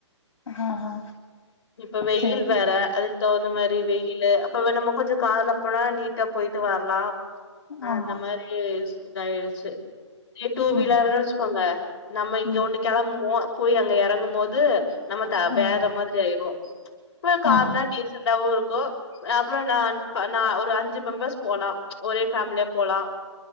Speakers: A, on the left (about 80°); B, on the left (about 50°).
A: ஆஹா
B: இப்ப வெயில்
A: சேரி சேரி
B: வேற அதுக்கு தகுந்த மாதிரி வெயில் அப்ப நம்ம கொஞ்சம் கார்ல போனா நீட்டா போயிட்டு வரலாம் ஹ
A: ஆமா
B: அந்த மாரி இதயிடுச்சு இதே டூ வீலர்ன்னு
A: ம்
B: வச்சுக்கோங்க நம்ம இங்க
A: ம்
B: ஒண்ணு கிளம்புவோ போய் அங்க இறங்கும் போது நம்ம
A: ம்
B: வேற மாதிரி ஆயிருவோம் இப்ப கார்னா
A: ஆமா
B: டீசண்டாவும் கோ அப்புறம் நா நா ஒரு அஞ்சு மெம்பர்ஸ் போலாம் ஒரே ஃபேமிலியா போலாம்